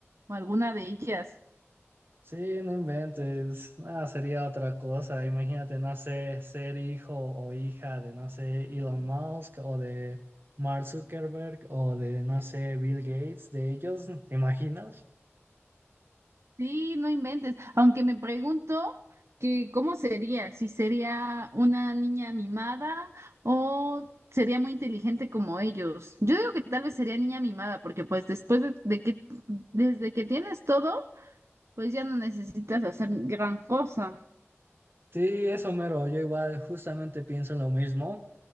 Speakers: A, on the right; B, on the right.
A: o alguna de ellas.
B: Sí, no inventes. Ah, sería otra cosa. Imagínate, no sé, ser hijo o hija de, no sé, Elon Musk o de Mark Zuckerberg o de, no sé, Bill Gates, de ellos, ¿te imaginas?
A: Sí, no inventes. Aunque me pregunto que cómo sería, si sería una niña mimada o sería muy inteligente como ellos. Yo digo que tal vez sería niña mimada, porque pues después de, de que, desde que tienes todo, pues ya no necesitas hacer gran cosa.
B: Sí, eso mero. Yo igual justamente pienso en lo mismo.